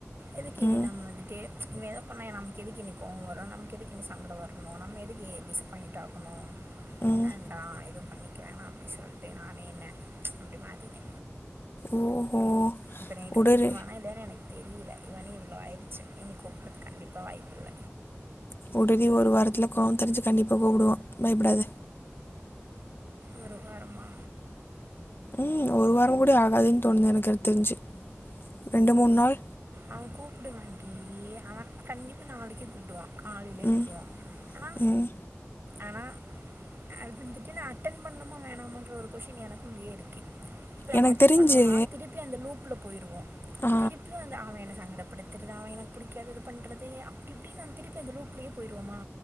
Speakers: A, on the right (about 50°); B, on the left (about 50°).
A: எதுக்கு இனி
B: ம்,
A: நம்ம வந்துட்டு இவ எதா பண்ணா நமக்கு எதுக்கு இனி கோவோ வரு நமக்கு எதுக்கு இனி சங்கட வர்ணு நம்ம எதுக்கு டிசப்பாயிண்ட் ஆகணோ
B: ம்,
A: வேண்டா எது பண்ணிக்க வேணா அப்டி சொல்ட்டு நானே என்ன இப்டி மாத்திட்ட
B: ஓ ஓ
A: இப்ப நைட்டு
B: உடரு
A: கூப்டுவானா இல்லயானு எனக் தெரில மணி இவ்ளோ ஆயிடுச்சு இனி கூப்டறத்துக்கு கண்டிப்பா வாய்ப்பில்ல
B: உடனே ஒரு வாரத்துல கோவோ தெளிஞ்சு கண்டிப்பா கூப்டுவா பயப்படாத
A: ஒரு வாரமா
B: ம் ஒரு வாரோ கூட ஆகாதுன் தோணுது எனக்கு அது தெரிஞ்சு ரெண்டு மூன் நாள்
A: அவ கூப்டுவாண்டி அவ கண்டிப்பா நாளிக்கே கூப்டுவா காலைலயே கூப்டுவா
B: ம்
A: அனா
B: ம்
A: அனா அது வந்துட்டு நா அட்டன் பண்ணுமா வேணாமான்ற ஒரு கொஷ்டின் எனக்குள்ளயே இருக்கு இப்ப நம்ம
B: எனக்கு
A: அட்டன்
B: தெரிஞ்சு
A: பண்ணோனா திருப்யு அந்த லூப்ல போயிருவோ
B: ஆ,
A: திருப்பியோ வந்து அவ என்ன சங்கடப்படுத்தறத் தா அவ எனக் புடிக்காதது பண்றது அப்டி இப்டி நா திருப்பி அந்த லூப்லியே போயிருவோமா